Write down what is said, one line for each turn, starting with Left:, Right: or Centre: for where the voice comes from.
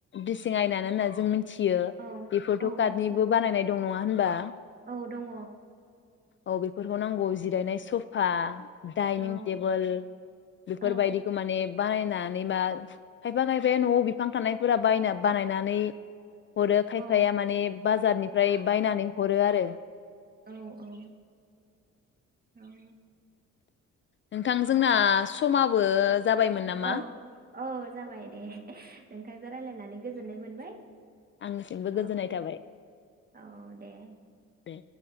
Left: दिसिं आयनानो होनना जों मिथि थियो
Right: औ
Left: बेफोरथ'
Right: औ
Left: कादनिबो
Right: मिथियो
Left: बानायनाय दं नङा हो होमबा
Right: औ दङ
Left: औ बेफोरखौ नांगौ जिरायनाय सफा डाइनिं
Right: औ
Left: टेबोल बिफोरबायदिखो
Right: औ
Left: माने बानाय नानै माल खायफा खायफाया न'आव बिफां थानायफोरा बायना बानायना नै हरो खायफाया
Right: औ
Left: माने बाजारनिफ्राय बायनानै हरो आरो।
Right: औ औ औऔ
Left: नोंथां जोंना समाबो जाबायमोन नामा
Right: औ औ जाबाय देह नोंथांजों रायलायनानै गोजोननाय मोनबाय
Left: आंनिसिमबो
Right: औ
Left: गोजोननाय थाबाय।
Right: औ दे
Left: बे